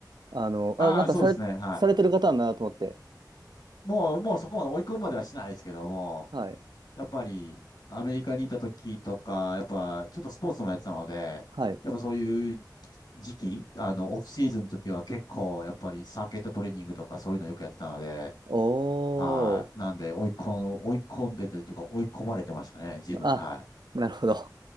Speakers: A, on the right (about 70°); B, on the left (about 65°).
A: あの、
B: まあ、
A: あ、なんかされ、
B: そうですね、はい。
A: されてる方なんだなと思って。
B: もう、もうそこまで追い込むまではしないですけども、
A: はい。
B: やっぱりアメリカにいた時とか、やっぱちょっとスポーツもやってたので、
A: はい。
B: やっぱそういう時期、あの、オフシーズンの時は結構やっぱりサーキットトレーニングとかそういうのよくやってたので、
A: おー。
B: はい。なんで追い込ん、追い込んでというか追い込まれてましたね、自分。
A: あ、
B: は
A: なるほど。